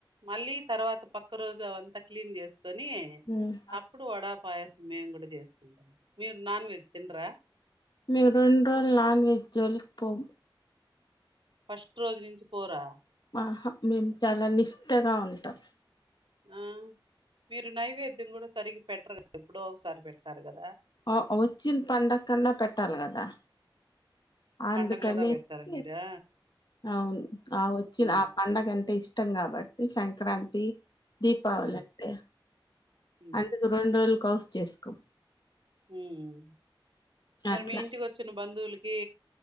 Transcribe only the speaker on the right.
మళ్ళీ తర్వాత పక్క రోజు అవంతా క్లీన్ చేస్త కొని
అప్పుడు వడా పాయ మేము కూడా చేస్తాం మీరు నాన్ వెెజ్ తింటారా
ఫస్ట్ రోజు నుంచి పోరా
ఆ మీరు నైవేద్యం కూడా సరిగ్గా పెట్టరు క ఎప్పుడో ఒకసారి పెడతారు కదా
పండగలదా పెడతారా మీరా
ఉమ్,
ఆ,
ఉమ్,
హుమ్ మరి
మీ ఇంటికి వచ్చిన బంధువులకి